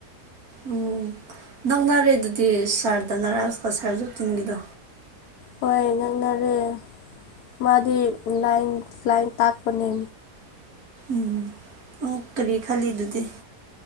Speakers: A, on the right; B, on the left.
A: ꯎꯝ ꯅꯪꯅꯔꯦ ꯑꯗꯨꯗꯤ ꯁꯥꯔꯗꯅꯔꯛꯑꯁꯤꯀꯣ ꯁꯥꯔꯁꯨ ꯇꯤꯟꯒꯤꯗꯣ
B: ꯍꯣꯏꯅꯥꯅꯥꯔꯦ ꯃꯥꯗꯤ ꯂꯥꯏꯟꯥꯏꯟ ꯇꯥꯛꯄꯅꯤ
A: ꯎꯝ ꯑ ꯀꯔꯤ ꯈꯜꯂꯤ ꯑꯗꯨꯗꯤ